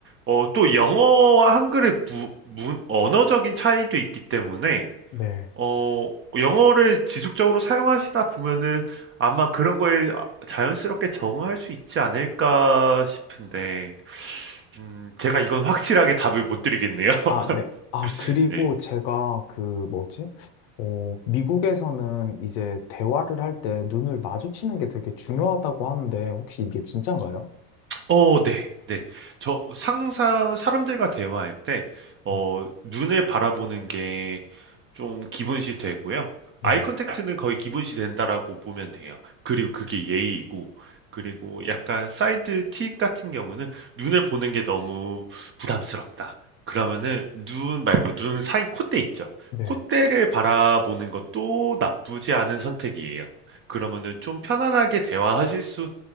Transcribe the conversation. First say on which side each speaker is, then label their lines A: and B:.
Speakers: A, on the right (about 30°); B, on the left (about 60°).
A: 어, 또 영어와 한글의 무, 문, 언어적인 차이도 있기 때문에
B: 네.
A: 어, 영어를 지속적으로 사용하시다 보면은 아마 그런 거에 자연스럽게 적응할 수 있지 않을까 싶은데 음, 제가 이건 확실하게 답을 못 드리겠네요. <laughs>
B: 아, 네. 아, 그리고
A: 네.
B: 제가 그 뭐지? 어, 미국에서는 이제 대화를 할 때 눈을 마주치는 게 되게 중요하다고 하는데 혹시 이게 진짠가요?
A: 어 네. 네. 저 항상 사람들과 대화할 때 어
B: 음.
A: 눈을 바라보는 게 좀 기본시 되고요.
B: 네.
A: 아이 컨택트는 거의 기본시 된다라고 보면 돼요. 그리고 그게 예의이고 그리고 약간 사이드 팁 같은 경우는 눈을 보는 게 너무 부담스럽다. 그러면은 눈 말고 눈 사이 콧대 있죠.
B: 네.
A: 콧대를 바라보는 것도 나쁘지 않은 선택이에요. 그러면은 좀 편안하게 대화하실 수